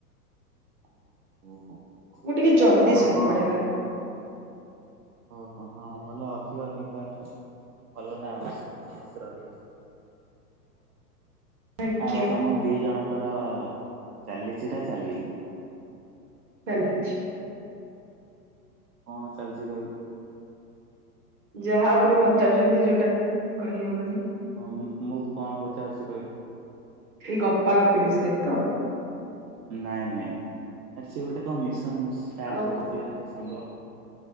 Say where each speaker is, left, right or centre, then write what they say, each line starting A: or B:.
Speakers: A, on the right; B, on the right.
A: ଓହୋ
B: ମୁଁ ଟିକେ ଜଲ୍ଦି
A: ଆଉ
B: ଶୋଇପଡେ
A: କଣ
B: ବା।
A: ଓହୋ ହଁ ଭଲ ଅଧିକ ନିଦ ନେଲେ ଭଲ ନା ମାଇଣ୍ଡି ଫ୍ରେସ ରହିବ।
B: ଆଜ୍ଞା
A: ଆଉ ତମ ଦି ଜଣଙ୍କର ଚାଲିଛି ନା ଚାଲିନି?
B: ଚାଲିଛି।
A: କଣ ଚାଲିଛି କହିଲ?
B: ଯାହା ଆପଣ ପଚାରୁଛନ୍ତି ଯୋଉଟା କହିହବନି।
A: ହଁ ମୁଁ ମୁଁ କଣ ପଚାରୁଛି କହିଲୁ?
B: ଏଇ ଗପା ଗପି ବିଷୟରେ ତ?
A: ନାଇଁ ନାଇଁ ଆରେ ସିଏ ଗୋଟେ କଣ ମିଶନ୍ ଷ୍ଟାର୍ଟ
B: ଆଉ
A: କରିଛି ବା ତୋ ସାଙ୍ଗ?